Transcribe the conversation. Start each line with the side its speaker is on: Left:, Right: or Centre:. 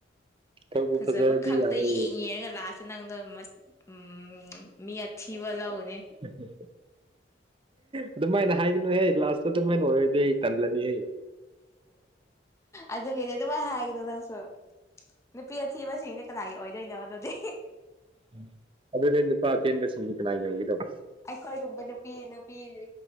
Right: ꯇꯧꯕꯨ
Left: ꯐꯖꯕ
Right: ꯐꯖꯔꯗꯤ
Left: ꯈꯛꯇ
Right: ꯌꯥꯔꯦ
Left: ꯌꯦꯡꯉꯦꯔꯒ ꯂꯥꯁꯇ ꯅꯪꯗꯣ ꯎꯝ ꯃꯤ ꯑꯊꯤꯕ ꯂꯧꯒꯅꯤ
Right: <unintelligible> ꯑꯗꯨꯃꯥꯏꯅ ꯍꯥꯏꯒꯅꯨꯍꯦ ꯂꯥꯁꯇ ꯑꯗꯨꯃꯥꯏꯅ ꯑꯣꯏꯔꯗꯤ ꯑꯩ ꯇꯜꯂꯅꯤꯍꯦ
Left: ꯑꯗꯨꯒꯤꯅꯤ ꯑꯗꯨꯃꯥꯏ ꯍꯥꯏꯒꯅꯣ ꯅꯪꯁꯨ ꯅꯨꯄꯤ ꯑꯊꯤꯕꯅꯁꯤꯡ ꯅꯦ ꯀꯅꯥꯏ ꯑꯣꯏꯗꯣꯏꯅꯣ ꯑꯗꯨꯗꯤ
Right: ꯎꯝ ꯑꯗꯨꯗꯤ ꯅꯨꯄꯥ ꯑꯇꯦꯟꯕꯁꯤꯡꯗꯤ ꯀꯅꯥꯏꯒꯤ ꯑꯣꯏꯒꯗꯧꯕ
Left: ꯑꯩꯈꯣꯏꯒꯨꯝꯕ ꯅꯨꯄꯤ ꯅꯨꯄꯤꯗꯤ